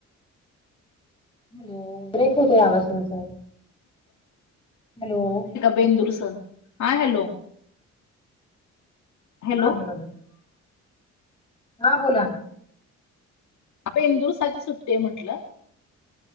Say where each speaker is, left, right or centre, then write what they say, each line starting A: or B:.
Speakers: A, on the left (about 15°); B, on the left (about 65°).
A: हॅलो, ब्रेक होतय आवाज तुमचा. हॅलो!
B: बेंदुर सन,, हां हॅलो. हॅलो
A: हा बोला बोला. हा बोला.
B: बेंदूर साठी सुट्टी आहे म्हटलं.